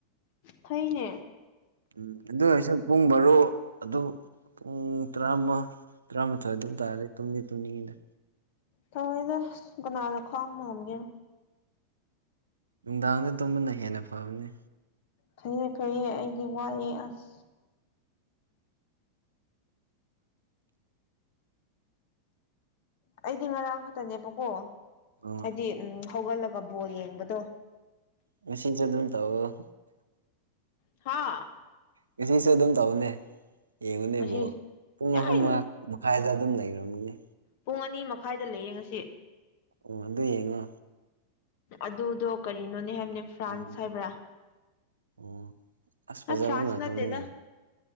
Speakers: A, on the left; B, on the right.
A: ꯐꯩꯅꯦ
B: ꯎꯝ ꯑꯗꯨ ꯑꯣꯏꯁꯨ ꯄꯨꯡ ꯃꯔꯣ ꯑꯗꯨ ꯄꯨꯡ ꯇꯔꯥꯃ ꯇꯔꯥꯃꯊꯣꯏ ꯑꯗꯨꯝ ꯇꯥꯔꯗꯤ ꯇꯨꯝꯗꯤ ꯇꯨꯝꯅꯤꯡꯏꯗ
A: ꯐꯔꯦꯗ ꯀꯅꯥꯅ ꯈꯥꯡꯕ ꯉꯝꯗꯣꯏꯅꯣ
B: ꯅꯨꯡꯗꯥꯡꯗ ꯇꯨꯝꯕꯅ ꯍꯦꯟꯅ ꯐꯕꯅꯤ
A: ꯐꯩꯌꯦꯦ ꯐꯩꯌꯦ ꯑꯩꯗꯤ ꯋꯥꯑꯦ ꯑꯁ ꯑꯩꯗꯤ ꯉꯔꯥꯡ ꯈꯛꯇꯅꯦꯕꯀꯣ
B: ꯑꯣ
A: ꯍꯥꯏꯗꯤ ꯎꯝ ꯍꯧꯒꯠꯂꯒ ꯕꯣꯜ ꯌꯦꯡꯕꯗꯣ
B: ꯉꯁꯤꯁꯨ ꯑꯗꯨꯅ ꯇꯧꯑꫭ
A: ꯍꯥꯥ
B: ꯉꯁꯤꯁꯨ ꯑꯗꯨꯝ ꯇꯧꯅꯦ ꯌꯦꯡꯉꯨꯅꯦ
A: ꯉꯁꯤ
B: ꯏꯕꯨ ꯄꯨꯡ
A: ꯌꯥꯏ
B: ꯑꯍꯨꯝ ꯃꯉꯥ ꯀꯥꯏꯗ ꯑꯗꯨꯝ ꯂꯩꯔꯝꯒꯅꯤ
A: ꯄꯨꯡ ꯑꯅꯤ ꯃꯈꯥꯏꯗ ꯂꯩꯌꯦꯡ ꯉꯁꯤ
B: ꯑꯣ ꯑꯗꯨ ꯌꯦꯡꯉꯣ
A: ꯑꯗꯨꯗꯣ ꯀꯔꯤꯅꯣꯅꯦ ꯍꯥꯏꯕꯅꯦ ꯐ꯭ꯔꯥꯟꯁ
B: <inaudible>
A: ꯍꯥꯏꯕ꯭ꯔꯥ ꯑ ꯐ꯭ꯔꯥꯟꯁ
B: ꯉꯥꯛꯇꯅꯦ
A: ꯅꯠꯇꯦꯗ